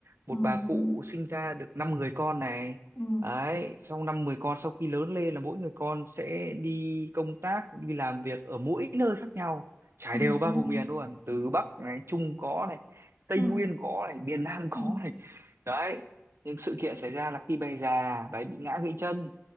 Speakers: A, on the right; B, on the left.
A: một
B: ừ
A: bà cụ sinh ra được 5 người con này
B: ừ
A: đấy sau năm 10 con sau khi lớn lên là mỗi người con sẽ đi công tác đi làm việc ở mỗi nơi khác nhau trải
B: ừ
A: đều ba vùng miền luôn từ Bắc này Trung có này Tây
B: ừ
A: Nguyên có này miền Nam có
B: ừ
A: này đấy nhưng sự kiện xảy ra là khi bà già bà ấy bị ngã gãy chân